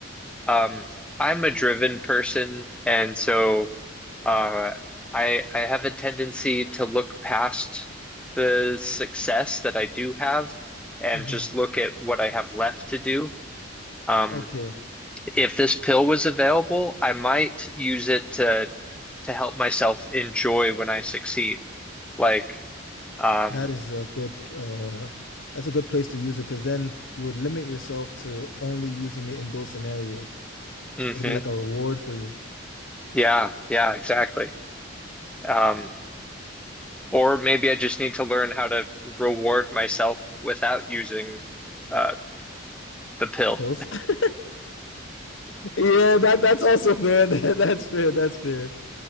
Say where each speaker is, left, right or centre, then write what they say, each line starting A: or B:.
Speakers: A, in the centre; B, on the left (about 65°).
A: um I'm a driven person and so Uh, I I have a tendency to look past the success that I do have and
B: hmm
A: just look at what I have left to do. Um,
B: Okay.
A: if this pill was available, I might use it to to help myself enjoy when I succeed. Like, um,
B: That is a good uh that's a good place to use it because then you would limit yourself to only using it in those scenarios.
A: hmm
B: It'll be like a reward for you.
A: yeah, yeah, exactly. Um, or maybe I just need to learn how to reward myself without using uh, the pill.
B: Pills. <laughs> Yeah, that that's also fair. <laughs> That, That's fair. That's fair.